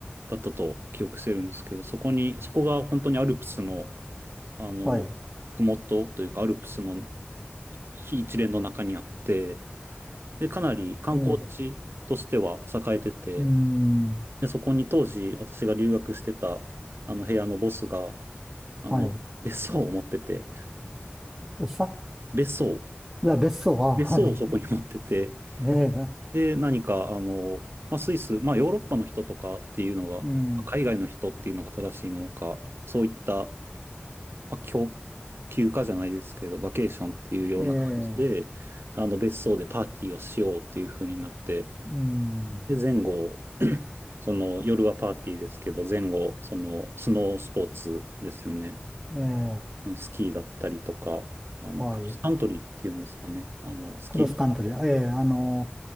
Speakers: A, on the right; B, on the right.
A: だったと記憶してるんですけど、そこに、そこが本当にアルプスの、あの、
B: はい。
A: ふもとというか、アルプスの非一連の中にあって、で、かなり観光地としては栄えてて、
B: ええ、うーん、
A: で、そこに当時私が留学してた、あの部屋のボスが、あの、
B: はい。
A: 別荘を持ってて、
B: 餌
A: 別荘、
B: いや、別荘は、
A: 別荘をそこに持ってて、
B: はい。ええ、
A: で、何か、あの、まあ、スイス、まあ、ヨーロッパの人とかっていうのが、
B: うん。
A: 海外の人っていうのが正しいのか、そういったまあ、供休暇じゃないですけど、バケーションっていうような感じで、
B: ええ、
A: あの別荘でパーティーをしようっていう風になって、
B: うん。
A: で、前後、その夜はパーティーですけど、前後、そのスノースポーツですよね。
B: ええ、
A: スキーだったりとか、あの、
B: はい。
A: クロスカントリーっていうんですかね。あの、スキーに行ったりして。
B: クロスカントリー。ええ、あの、